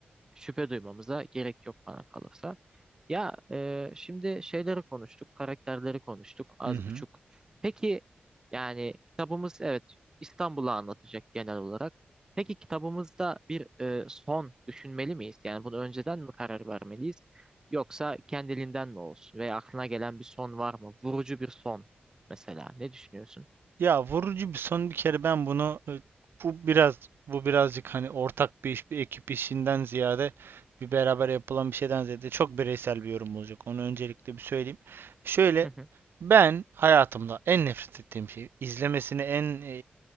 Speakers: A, on the right (about 20°); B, on the right (about 75°).
A: şüphe duymamıza gerek yok bana kalırsa. Ya e, şimdi şeyleri konuştuk, karakterleri konuştuk az
B: hı hı.
A: buçuk. Peki yani kitabımız evet İstanbul'u anlatacak genel olarak. Peki kitabımızda bir e, son düşünmeli miyiz? Yani bunu önceden mi karar vermeliyiz? Yoksa kendiliğinden mi olsun? Veya aklına gelen bir son var mı? Vurucu bir son mesela. Ne düşünüyorsun?
B: Ya vurucu bir son bir kere ben bunu e, bu biraz bu birazcık hani ortak bir iş bir ekip işinden ziyade bir beraber yapılan bir şeyden ziyade çok bireysel bir yorum olacak. Onu öncelikle bir söyleyeyim. Şöyle
A: Hı hı.
B: ben hayatımda en nefret ettiğim şey izlemesini en e,